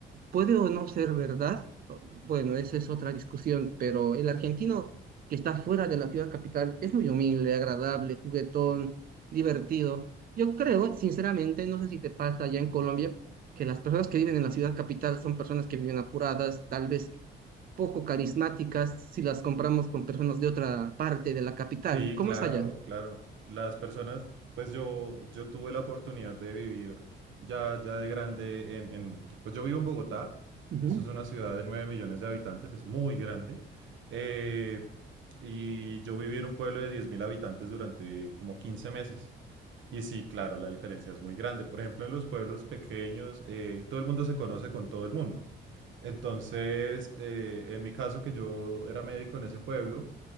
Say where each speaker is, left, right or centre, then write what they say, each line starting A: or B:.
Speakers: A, on the right; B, on the right.
A: puede o no ser verdad, bueno, esa es otra discusión, pero el argentino que está fuera de la ciudad capital es muy humilde, agradable, juguetón, divertido. Yo creo, sinceramente, no sé si te pasa allá en Colombia, que las personas que viven en la ciudad capital son personas que viven apuradas, tal vez poco carismáticas, si las compramos con personas de otra parte de la capital.
B: Sí,
A: ¿Cómo
B: claro,
A: es allá?
B: claro. Las personas, pues yo, yo tuve la oportunidad de vivir ya, ya de grande en, en- pues yo vivo en Bogotá,
A: Ujú.
B: eso es una ciudad de 9 millones de habitantes, es muy grande. eh, y yo viví en un pueblo de diez mil habitantes durante como 15 meses. Y sí, claro, la diferencia es muy grande. Por ejemplo, en los pueblos pequeños, eh, todo el mundo se conoce con todo el mundo. Entonces, eh, en mi caso, que yo era médico en ese pueblo,